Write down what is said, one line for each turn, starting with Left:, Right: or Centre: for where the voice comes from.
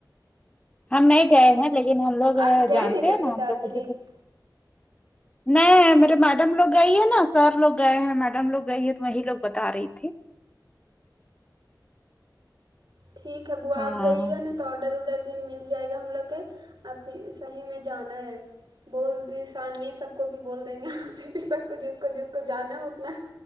Left: ہم نہیں گئے ہیں لیکن ہم لوگ
Right: آپ گئے
Left: جانتے
Right: کبھی
Left: ہیں نا ہم
Right: دارجلنگ
Left: لوگ کو نہیں میرے میڈم لوگ گئی ہے نا سر لوگ گئے ہیں میڈم لوگ گئی ہے تو وہی لوگ بتا رہی تھی
Right: ٹھیک ہے وہ آپ
Left: ہاں
Right: جائیے گا نا تو آرڈر ورڈر بھی مل جائے گا ہم لوگ کے ا پھر صحیح میں جانا ہے بول د س آسانیے سب کو بھی بول دیں گے آ ں سے بھی سب کو جس کو جس کو جانا ہے اتنا